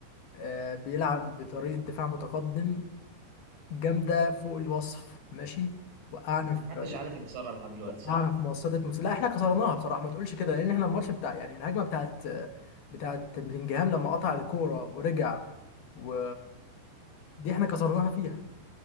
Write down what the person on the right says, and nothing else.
محدش عارف يكسرها لحد دلوقتي
صح